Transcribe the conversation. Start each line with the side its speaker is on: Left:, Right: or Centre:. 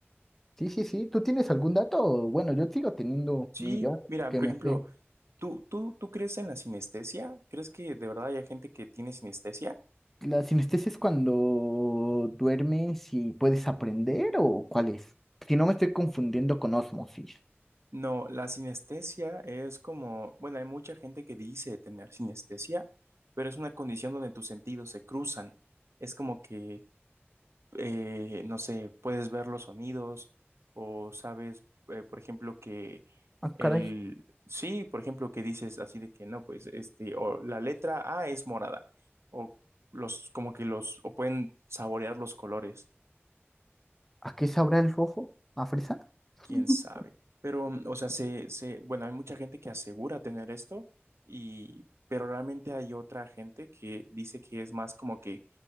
Centre: Sí, sí, sí. ¿Tú tienes algún dato? Bueno, yo sigo teniendo
Right: Sí,
Centre: millones
Right: mira,
Centre: que
Right: por
Centre: me
Right: ejemplo,
Centre: sé.
Right: ¿tú, tú, tú crees en la sinestesia? ¿Crees que de verdad hay gente que tiene sinestesia?
Centre: ¿La sinestesia es cuando duermes y puedes aprender o cuál es? Si no me estoy confundiendo con osmosis.
Right: No, la sinestesia es como, bueno, hay mucha gente que dice tener sinestesia, pero es una condición donde tus sentidos se cruzan. Es como que eh, no sé, puedes ver los sonidos o sabes, eh, por ejemplo, que
Centre: Ah,
Right: el,
Centre: caray.
Right: sí, por ejemplo, que dices así de que no, pues este, o la letra A es morada, o los, como que los, o pueden saborear los colores.
Centre: ¿A qué sabrá el rojo? ¿A fresa?
Right: Quién
Centre: Ujú,
Right: sabe. Pero, mm, o sea, se, se, bueno, hay mucha gente que asegura tener esto, y, pero realmente hay otra gente que dice que es más como que